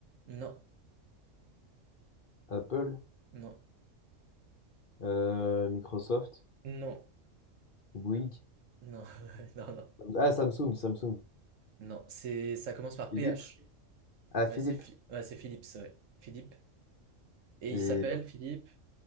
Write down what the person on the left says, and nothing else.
Apple,
euh, Microsoft,
Bouygues.
Ah, Samsung, Samsung.
Philippe?
Ah,
Philippe.
Et